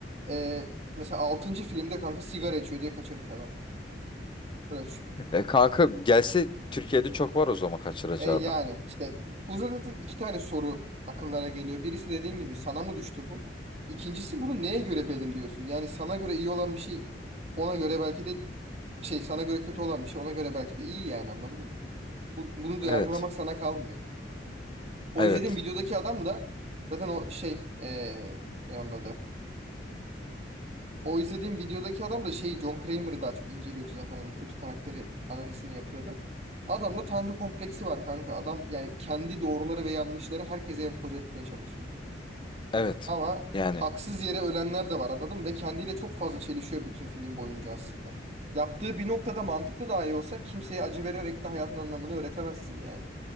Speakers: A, on the right; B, on the left.
A: Ee, mesela altıncı filmde kanka sigara içiyor diye kaçırmış adam. Böyle düşün.
B: E, kanka gelse Türkiye'de çok var o zaman kaçıracağı
A: E yani
B: adam.
A: işte bu zaten iki tane soru akıllara geliyor. Birisi dediğin gibi sana mı düştü bu? İkincisi bunu neye göre belirliyorsun? Yani sana göre iyi olan bir şey ona göre belki de şey sana göre kötü olan bir şey ona göre belki de iyi yani anladın mı? Bu, bunu da
B: Evet.
A: yargılamak sana kalmıyor. O
B: Evet.
A: izlediğim videodaki adam da zaten o şey eee ne onun adı? O izlediğim videodaki adam da şey John Kramer'ı daha çok inceliyordu zaten hani kötü karakteri analizini yapıyordu. Adamda tanrı kompleksi var kanka. Adam yani kendi doğruları ve yanlışları herkese empoze etmeye çalışıyor.
B: Evet.
A: Ama
B: Yani
A: haksız yere ölenler de var anladın mı? Ve kendiyle çok fazla çelişiyor bütün film boyunca aslında. Yaptığı bir noktada mantıklı dahi olsa kimseye acı vererek de hayatın anlamını öğretemezsin yani.